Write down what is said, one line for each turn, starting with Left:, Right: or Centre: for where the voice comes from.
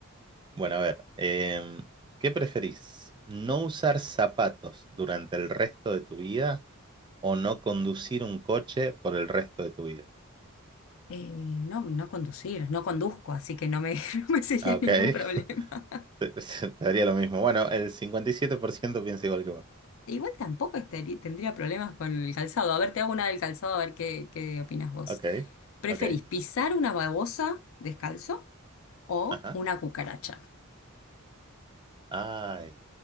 Right: Bueno, a ver. em, ¿qué preferís? ¿No usar zapatos durante el resto de tu vida o no conducir un coche por el resto de tu vida?
Left: eh, no, no conducir, no conduzco, así que no me, <laughs> no me sería
Right: Ah, Ok,
Left: ningún
Right: <laughs>
Left: problema.
Right: te, te daría lo mismo. Bueno, el 57% piensa igual que vos.
Left: Igual tampoco estarí- tendría problemas con el calzado. A ver, te hago una del calzado, a ver qué, qué opinas vos.
Right: Ok,
Left: ¿Preferís
Right: ok,
Left: pisar una babosa descalzo o
Right: ajá.
Left: una cucaracha?
Right: Ay,